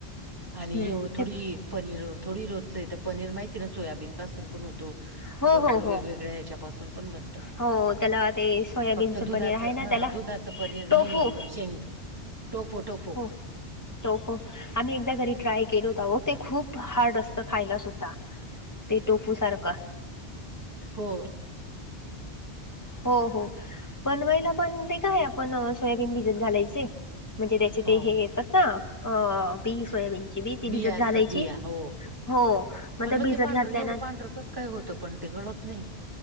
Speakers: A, on the right; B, on the left.
A: आणि
B: हम्म
A: एवढं थोडी
B: ते
A: पनीर थोडी रोजचं आहे तर पनीर माहिती आहे ना सोयाबीन पासून पण होतो.
B: हो
A: भरपूर
B: हो
A: वेगवेगळ्या
B: हो
A: ह्याच्यापासून पण बनतं
B: हो त्याला ते सोयाबीनचं
A: फक्त दुधाच
B: पनीर आहे ना त्याला
A: दुधा. पनीर नाही
B: टोफू
A: शेंग तो फोटो.
B: हो तो हो आम्ही एकदा घरी ट्राय केलो होता ते खूप हार्ड असतं खायला सुद्धा. ते टोफू सारखं.
A: हो
B: हो हो. बनवायला पण ते काय आपण सोयाबीन भिजत घालायचे म्हणजे.
A: हो
B: ते हे येतात ना अ बी सोयाबीन ची बी ती
A: बिया
B: भिजत घालायची.
A: असतात बिया हो.
B: हो मग
A: पण
B: ते भिजत
A: पांढरं
B: घातल्या
A: एवढं
B: ना.
A: पांढरं कसं काय होतं पण ते कळत नाही